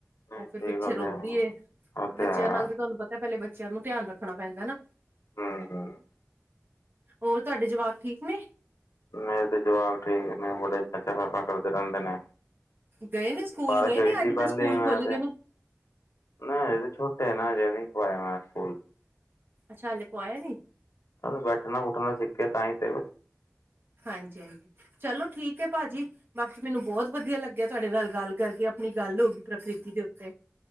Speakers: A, on the left; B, on the right.
A: ਸਹੀ
B: ਉਹ ਫਿਰ ਪਿੱਛੇ
A: ਗੱਲ
B: ਰੋਂਦੀ
A: ਹੈ ਉਹ
B: ਐ, ਬੱਚਿਆਂ
A: ਹੈ
B: ਨਾਲ ਤੇ ਤਾਨੂੰ ਪਤਾ ਪਹਿਲੇ ਬੱਚਿਆਂ ਨੂੰ ਧਿਆਨ ਰੱਖਣਾ ਪੈਂਦਾ ਨਾ।
A: ਹਂ, ਹਂ।
B: ਹੋਰ ਤਾਡੇ ਜਵਾਕ ਠੀਕ ਨੇ?
A: ਮੈਂ ਤੇ ਜਵਾਕ ਠੀਕ ਨੇ ਬੜੇ ਚਾਚਾ ਪਪਾ ਕਰਦੇ ਰੇਂਦੇ ਨੇ।
B: ਗਏ ਨੇ ਸਕੂਲ
A: ਬਾਰਿਸ਼
B: ਗਏ
A: ਹੋਈ
B: ਨੇ ਅੱਜ
A: ਸੀ ਪਹਿਲੇ
B: ਤੇ ਸਕੂਲ
A: ਮੈਂ
B: ਖੁੱਲ
A: ਤੇ
B: ਗਏ ਨੇ
A: ਨਾ ਹਜੇ ਤੇ ਛੋਟੇ ਨਾ ਅਜੇ ਨ੍ਹੀਂ ਪਾਇਆ ਨਾ ਸਕੂਲ।
B: ਅੱਛਾ ਹਲੇ ਪਵਾਇਆ ਨੀ।
A: ਬੈਠਣਾ-ਬੁਠਣਾ ਸਿੱਖੇ ਤਾਂਹੀ ਤੇ।
B: ਹਾਂਜੀ ਹਾਂਜੀ, ਚਲੋ ਠੀਕ ਐ ਭਾਜੀ। ਬਾਕੀ ਮੈਨੂੰ ਬੋਤ ਵਧੀਆ ਲੱਗਿਆ ਤੁਹਾਡੇ ਨਾਲ ਗੱਲ ਕਰਕੇ ਆਪਣੀ ਗੱਲ ਹੋ ਗਈ ਪ੍ਰਕਿਰਤੀ ਦੇ ਉੱਤੇ।